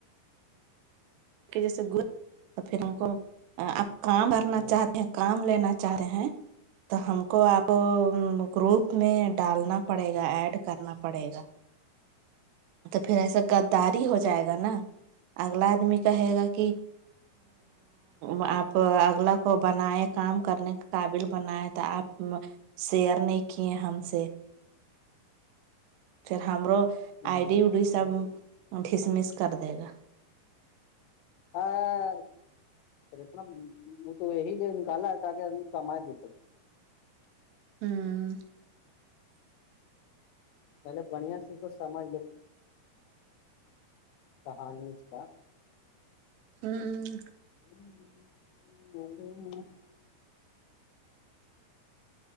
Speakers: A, on the right; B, on the left.
A: کہ جیسے گ <inaudible> تو پھر ہم کو آپ کام بھرنا
B: ہے
A: چاہتے ہیں کام لینا چاہ رہے ہیں تو ہم کو آپ گروپ میں ڈالنا پڑے گا ایڈ کرنا پڑے گا تو پھر ایسا غداری ہو جائے گا نا اگلا آدمی کہے گا کہ ا آپ اگلا کو بنائے کام کرنے کے قابل بنائے تو آپ شئر نہیں کیے ہم سے پھر ہمرو
B: ہ ہ
A: آئی ڈی وی ڈی سب ڈسمس کر دے گا
B: ہاں اتنا وہ تو یہی د نکالا ہے تاکہ آ کمائے دو
A: ہوں
B: پہلے بڑھیا سے کچھ سمجھ لو کہانی اس کا
A: ہممم
B: <unintelligible>